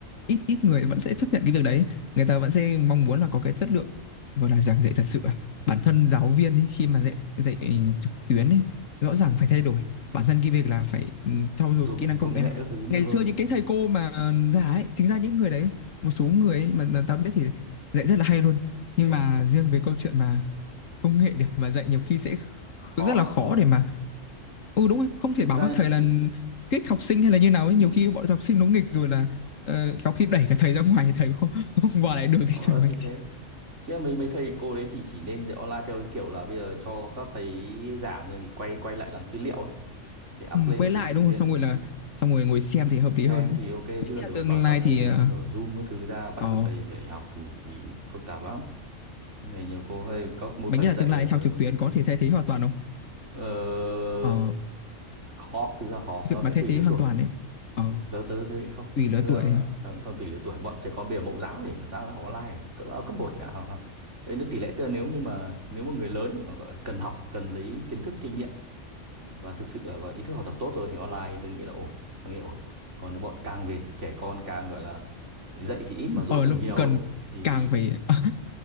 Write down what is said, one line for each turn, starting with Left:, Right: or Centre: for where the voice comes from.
Left: ít ít người vẫn sẽ chấp nhận cái việc đấy người ta vẫn sẽ mong muốn là có cái chất lượng gọi là giảng dạy thật sự à. bản thân giáo viên ấy, khi mà dạy dạy trực tuyến ấy, rõ ràng phải thay đổi bản thân cái việc là phải ừ, trau
Right: dùng
Left: dồi kỹ năng công
Right: công
Left: nghệ
Right: nghệ các thứ nhiều
Left: ngày
Right: hơn
Left: xưa những
Right: đấy
Left: cái thầy cô mà già ấy chính ra những người đấy một số người ấy mà ta biết thì dạy rất là hay luôn nhưng
Right: Ờ,
Left: mà riêng về câu chuyện mà công nghệ để mà dạy nhiều khi sẽ
Right: khó
Left: rất
Right: lắm
Left: là khó
Right: khó lắm
Left: để mà ừ đúng rồi không thể
Right: thực
Left: bảo
Right: ra
Left: các thầy là
Right: nhị- nhị-
Left: kích học sinh hay là như nào ấy
Right: ừ,
Left: nhiều khi bọn học sinh nó nghịch rồi là ờ, có khi đẩy cả thầy ra ngoài thầy không <laughs> không qua lại được cái
Right: ờ,
Left: chứ nói
Right: thì
Left: gì
Right: thế chứ là mấy mấy thầy cô đấy thì chỉ nên dạy online theo cái kiểu là bây giờ cho các thầy giảng rồi mình quay quay lại làm tư liệu ấy sẽ
Left: ừ,
Right: up lên
Left: quay
Right: thì
Left: lại
Right: sinh
Left: đúng
Right: viên
Left: không xong rồi là xong rồi ngồi xem thì hợp lý
Right: xem
Left: hơn ấy.
Right: thì ok
Left: mày
Right: chứ còn
Left: nghĩ là
Right: đừng
Left: tương
Right: bảo các
Left: lai
Right: thầy
Left: thì ờ
Right: mở Zoom các thứ ra bắt
Left: ờ,
Right: các thầy phải học thì thì phức tạp lắm cái này nhiều cô hay có một
Left: mày
Right: thầy
Left: nghĩ là
Right: dạy
Left: tương
Right: này
Left: lai
Right: một
Left: theo
Right: thầy
Left: trực
Right: một
Left: tuyến có
Right: ừ.
Left: thể thay thế hoàn toàn không
Right: ờ,
Left: ờ
Right: khó thực ra khó nó
Left: việc
Right: sẽ
Left: mà thay
Right: tùy
Left: thế
Right: lứa
Left: hoàn
Right: tuổi
Left: toàn ấy ờ
Right: tớ tớ tớ nghĩ không
Left: tùy lứa
Right: tớ
Left: tuổi
Right: tớ nghĩ không tùy lứa tuổi bọn trẻ con bây giờ mẫu giáo thì nó sao nó học online à? cấp áo cấp một chả học không đấy tỷ lệ tớ nếu như mà nếu mà người lớn ý, mà gọi là cần học cần lấy kiến thức kinh nghiệm và thực sự là gọi ý thức học tập tốt rồi thì online tớ nghĩ là ổn tớ nghĩ là ổn còn nếu bọn càng về trẻ con càng gọi là dạy thì ít mà dỗ
Left: ờ
Right: thì
Left: lúc
Right: nhiều
Left: cần
Right: ấy thì
Left: càng
Right: thì
Left: phải <laughs>